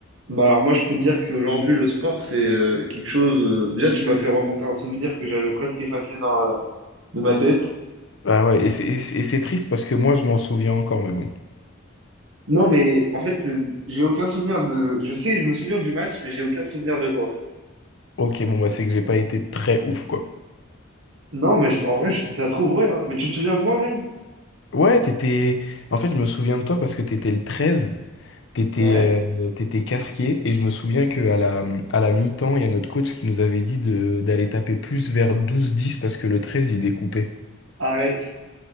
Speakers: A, on the right; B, on the left.
A: Bah alors moi je peux te dire qu'aujourd'hui le sport c'est euh, quelque chose. euh, Déjà tu m'as fait remonter un souvenir que j'avais presque effacé dans la- de ma tête.
B: Bah ouais, et c'est et c'est- et c'est triste parce que moi, je m'en souviens encore, mais bon.
A: Non mais en fait euh, j'ai aucun souvenir de. Je sais, je me souviens du match, mais j'ai aucun souvenir de toi.
B: Ok, bon, bah, c'est que j'ai pas été très ouf, quoi.
A: Non mais je- en vrai je sais ça se trouve ouais. hein. Mais tu te souviens de moi-même?
B: Ouais, t'étais. En fait, je me souviens de toi parce que t'étais le 13, t'étais
A: Ouais.
B: euh, t'étais casqué, et je me souviens que à la, à la mi-temps, il y a notre coach qui nous avait dit de d'aller taper plus vers douze dix parce que le 13, il découpait.
A: Arrête.